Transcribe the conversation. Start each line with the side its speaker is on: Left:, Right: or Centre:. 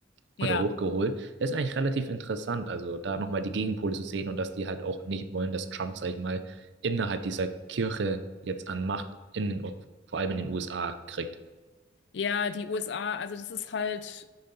Left: Ja.
Right: oder hochgeholt. Das ist eigentlich relativ interessant, also da nochmal die Gegenpole zu sehen und dass die halt auch nicht wollen, dass Trump, sag ich mal, innerhalb dieser Kirche jetzt an Macht in den, U- vor allem in den USA kriegt.
Left: Ja, die USA, also das ist halt,